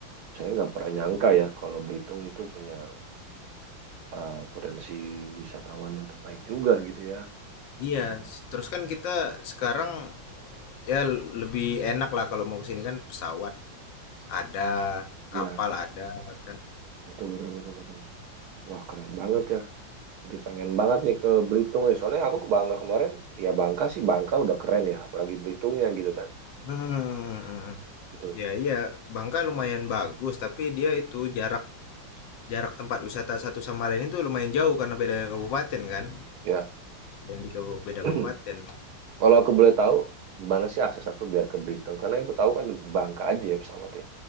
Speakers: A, on the right; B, on the left.
A: Saya nggak pernah
B: Itu
A: nyangka
B: dia.
A: ya kalau Belitung itu punya uh, potensi wisatawan yang terbaik juga gitu ya.
B: Iya,
A: Gitu.
B: s- terus kan kita sekarang ya l- lebih enak lah kalau mau ke sini kan pesawat ada,
A: Iya,
B: kapal ada kan.
A: betul betul betul betul. Wah, keren banget ya. Jadi pengen banget nih ke Belitung nih. Soalnya aku ke Bangka kemarin, ya Bangka sih Bangka udah keren ya, apalagi Belitungnya gitu kan.
B: Hmm.
A: Gitu.
B: Ya iya, Bangka lumayan bagus tapi dia itu jarak jarak tempat wisata satu sama lain itu lumayan jauh karena beda kabupaten kan.
A: Ya.
B: Yang di kabu- beda
A: <clears throat>
B: kabupaten.
A: Kalau aku boleh tahu gimana sih akses aku biar ke Belitung? Karena yang aku tahu kan Bangka aja ya pesawatnya.